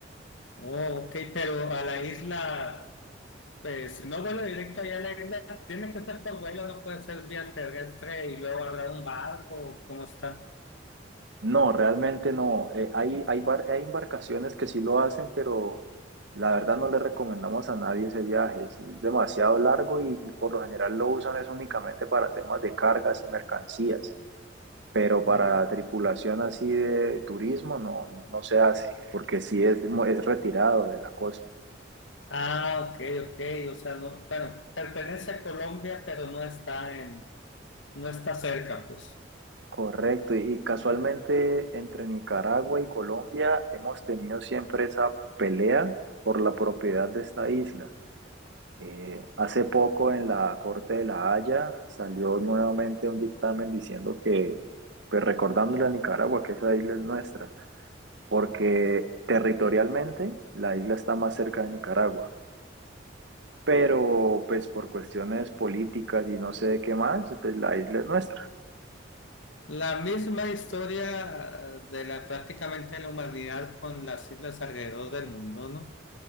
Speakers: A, on the left; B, on the right.
A: Oh, ok, pero a la isla, eh, si no vuelo directo allá a la isla, tiene que ser por vuelo, no puede ser vía terrestre y luego agarrar un barco, ¿cómo está?
B: No, realmente no. Eh, hay, hay, bar- hay embarcaciones que sí lo hacen, pero la verdad no le recomendamos a nadie ese viaje. Es demasiado largo y, y por lo general lo usan es únicamente para temas de cargas y mercancías. pero para
A: Oh.
B: tripulación así de turismo no, no, no se hace, porque sí es, mo- es retirado de la costa.
A: Ah, ok, ok. O sea, no, bueno, pertenece a Colombia, pero no está en, no está cerca, pues.
B: Correcto, y casualmente entre Nicaragua y Colombia hemos tenido siempre esa pelea por la propiedad de esta isla. Eh, hace poco en la Corte de La Haya salió nuevamente un dictamen diciendo que, pues recordándole a Nicaragua que esa isla es nuestra, porque territorialmente la isla está más cerca de Nicaragua pero pues por cuestiones políticas y no sé de qué más, pues la isla es nuestra.
A: La misma historia eh, de la prácticamente la humanidad con las islas alrededor del mundo, ¿no?